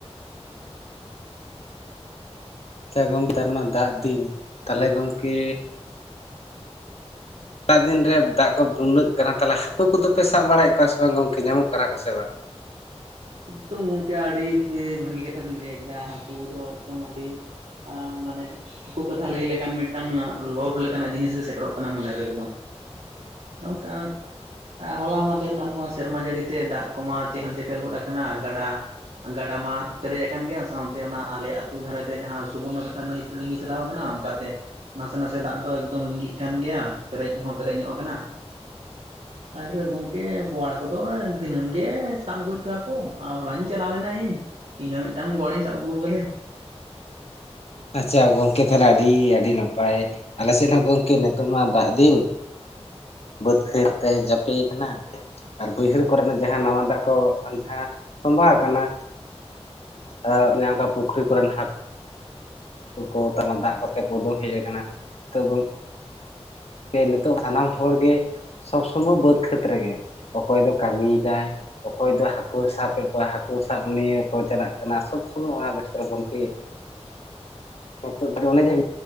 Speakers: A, on the left (about 65°); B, on the right (about 80°).
A: ᱟᱪᱪᱷᱟ ᱜᱚᱢᱠᱮ ᱱᱮᱛᱟᱨᱢᱟ ᱫᱟᱜ ᱫᱤᱱ ᱛᱟᱦᱚᱞᱮ ᱜᱚᱢᱠᱮ, ᱫᱟᱜ ᱫᱤᱱ ᱨᱮ ᱫᱟᱜ ᱠᱚ ᱵᱩᱱᱱᱟᱹᱜ ᱠᱟᱱᱟ ᱛᱟᱦᱚᱞᱮ ᱦᱟᱹᱠᱩ ᱠᱚᱫᱚ ᱯᱮ ᱥᱟᱵ ᱵᱟᱲᱟᱭᱮᱜ ᱠᱚᱣᱟ ᱥᱮ ᱵᱟᱝ ᱜᱚᱝᱠᱮ ᱧᱟᱢᱚᱜ ᱠᱟᱱᱟ ᱠᱚ ᱥᱮ ᱵᱟᱝ?
B: ᱮᱠᱫᱚᱢ ᱜᱚᱝᱠᱮ ᱟᱹᱰᱤ ᱵᱷᱟᱹᱜᱤ ᱠᱟᱛᱷᱟ ᱵᱤᱱ ᱞᱟᱹᱭ ᱠᱮᱫᱟ ᱦᱟᱹᱠᱩ ᱫᱚ ᱮᱠᱫᱚᱢ ᱟᱹᱰᱤ, ᱟᱸ ᱢᱟᱱᱮ, ᱦᱟᱹᱠᱩ ᱠᱟᱛᱷᱟ ᱞᱟᱹᱭ ᱞᱮᱠᱷᱟᱱ ᱢᱤᱫᱴᱟᱝ ᱞᱚᱵ ᱞᱮᱠᱟᱱᱟᱜ ᱡᱤᱱᱤᱥ ᱜᱮ ᱥᱮᱴᱮᱨᱚᱜ ᱠᱟᱱᱟ ᱢᱚᱱᱮᱨᱮ ᱮᱠᱫᱚᱢ ᱾ ᱱᱚᱝᱠᱟᱱ ᱦᱚᱞᱟ ᱢᱟᱫᱷᱮᱨ ᱨᱮᱱᱟᱜ ᱱᱚᱣᱟ ᱥᱮᱨᱢᱟ ᱡᱟᱹᱲᱤ ᱛᱮ ᱫᱟᱜ ᱠᱚᱢᱟ ᱪᱮᱦᱮᱞ ᱪᱮᱯᱮᱞ ᱜᱚᱫ ᱠᱟᱱᱟ ᱜᱟᱰᱟ ᱾ ᱜᱟᱰᱟ ᱢᱟ ᱯᱮᱨᱮᱡ ᱟᱠᱟᱱ ᱜᱮᱭᱟ, ᱥᱟᱶᱛᱮ ᱚᱱᱟ ᱟᱞᱮ ᱟᱹᱛᱩ ᱫᱷᱟᱨᱮᱛᱮ ᱡᱟᱦᱟᱸ ᱥᱩᱵᱚᱨᱱᱚᱨᱮᱠᱷᱟ ᱱᱟᱹᱭ, ᱞᱤᱸᱜᱤ ᱪᱟᱞᱟᱣ ᱟᱠᱟᱱᱟ ᱚᱱᱠᱟᱛᱮ, ᱱᱟᱥᱮ ᱱᱟᱥᱮ ᱫᱟᱜ ᱫᱚ ᱮᱠᱫᱚᱢ ᱞᱤᱸᱜᱤᱜ ᱠᱟᱱ ᱜᱮᱭᱟ ᱯᱮᱨᱮᱡ ᱦᱚᱸ ᱯᱮᱨᱮᱡᱧᱚᱜ ᱟᱠᱟᱱᱟ ᱾ ᱟᱨ ᱜᱚᱢᱠᱮ ᱵᱳᱣᱟᱲ ᱦᱟᱠᱳ ᱫᱚ ᱫᱤᱱᱟᱹᱢ ᱜᱮ ᱥᱟᱵ ᱟᱜᱩᱭᱮᱜ ᱠᱚᱣᱟ ᱠᱚ ᱦᱚᱞᱟᱧ ᱪᱟᱞᱟᱣ ᱞᱮᱱᱟ ᱤᱧ ᱤᱧ ᱦᱚᱸ ᱢᱤᱫᱴᱟᱝ ᱜᱳᱣᱟᱲ ᱤᱧ ᱥᱟᱵ ᱟᱹᱜᱩ ᱟᱠᱟᱫᱮᱭᱟ ᱾
A: ᱟᱪᱪᱷᱟ ᱜᱚᱢᱠᱮ ᱛᱟᱦᱚᱞᱮ ᱟᱹᱰᱤ ᱟᱹᱰᱤ ᱱᱟᱯᱟᱭ, ᱟᱞᱮᱥᱮᱫ ᱦᱚᱸ ᱜᱚᱢᱠᱮ ᱱᱤᱛᱚᱜ ᱢᱟ ᱫᱟᱜ ᱫᱤᱱ, ᱵᱟᱹᱛ ᱠᱷᱮᱛ ᱛᱮ ᱪᱟᱯᱮᱭ ᱠᱟᱱᱟ ᱾ ᱟᱨ ᱵᱟᱹᱭᱦᱟᱹᱲ ᱠᱚᱨᱮᱱᱟᱜ ᱡᱟᱦᱟᱸ ᱱᱟᱣᱟ ᱫᱟᱜ ᱠᱚ ᱡᱟᱸᱦᱟ ᱛᱚᱵᱟᱣ ᱟᱠᱟᱱᱟ ᱾ <unintelligible> ᱯᱩᱠᱷᱨᱤ ᱠᱚᱨᱮᱱ ᱦᱟᱸ ᱦᱟᱠᱩ ᱠᱚ ᱛᱟᱨᱢᱟᱱᱮ ᱫᱟᱜ ᱠᱚᱛᱮ ᱠᱚ ᱩᱰᱩᱝ ᱦᱮᱡ ᱟᱠᱟᱱᱟ ᱛᱚ ᱜᱚᱝ ᱡᱮ ᱱᱤᱛᱚᱜ ᱥᱟᱱᱟᱢ ᱦᱚᱲ ᱜᱮ ᱥᱚᱵ ᱥᱚᱢᱚᱭ ᱵᱟᱹᱫᱽ ᱠᱷᱮᱛ ᱨᱮᱜᱮ ᱚᱠᱚᱭ ᱫᱚ ᱠᱟᱹᱢᱤᱭ ᱮᱫᱟᱭ, ᱚᱠᱚᱭ ᱫᱚ ᱦᱟᱹᱠᱳᱭ ᱥᱟᱵᱮᱜ ᱠᱚᱣᱟ ᱦᱟᱹᱠᱳ ᱥᱟᱵ ᱱᱤᱭᱮ ᱠᱚ ᱪᱟᱞᱟᱜ ᱠᱟᱱᱟ ᱥᱚᱵ ᱥᱚᱢᱚᱭ ᱚᱱᱟ ᱵᱮᱥᱛᱚ ᱨᱮ ᱜᱚᱝᱠᱮ, <unintelligible> ᱚᱱᱟ ᱡᱮ